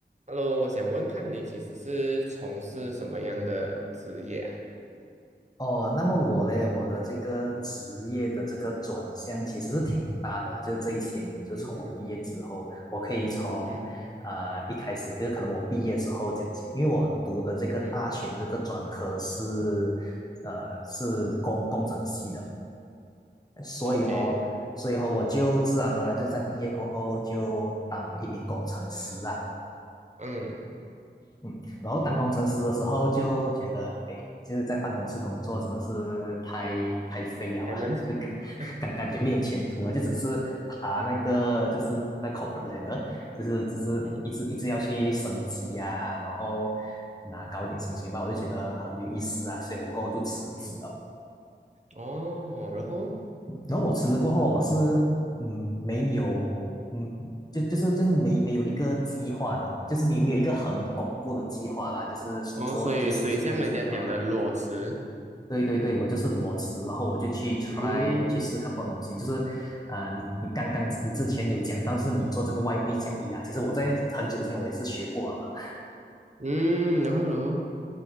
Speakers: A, on the right (about 40°); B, on the left (about 20°).
A: Hello，我想问看你其实是从事什么样的职业啊？
B: 哦，那么我嘞，我的这个职业的这个转向其实是挺大的啦，就是这一些年，就从我毕业之后，
A: 嗯
B: 我可以从，
A: 嗯
B: 呃，一开始就是可能我毕业的时候讲起，因为我读的这个大学的这个专科是，
A: 嗯
B: 呃，是工工程系的，所以哦，
A: ，OK，
B: 所以哦，我就自然而然就在毕业过后就当了一名工程师啊。
A: 嗯，
B: 嗯，然后当工程师的时候就觉得，哎，就是在办公室工作真的是太太废了啊，
A: 开门，
B: 就感 <laughs>
A: <laughs>
B: 感感觉没有前途啊，就只是爬那个就是那 corporate ladder，就是只是一直一直要去升级呀、
A: 嗯
B: 然后拿高一点薪水吧，我就觉得很没有意思啊，所以我过后就辞职了。
A: 嗯，哦，然后
B: 然后我辞职过后，我是嗯没有嗯就就是就是没没有一个计划的，就是没没有一个很巩固的计划啦，就是做就随随便做啊。
A: 哦，所以所以像人家讲的裸辞，
B: 对对对，我就是裸辞，然后我就去 try
A: 嗯
B: 去试试看不同东西。就是啊、你你刚刚你之前有讲到，就是你做这个外汇交易啊，其实我在很久之前我也是学过了
A: 嗯，然后然后，